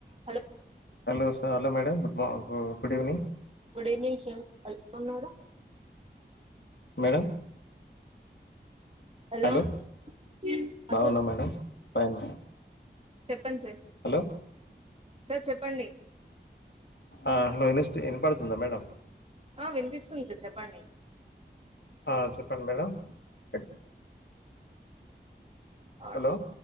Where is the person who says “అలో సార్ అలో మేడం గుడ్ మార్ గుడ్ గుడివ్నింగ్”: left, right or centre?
Left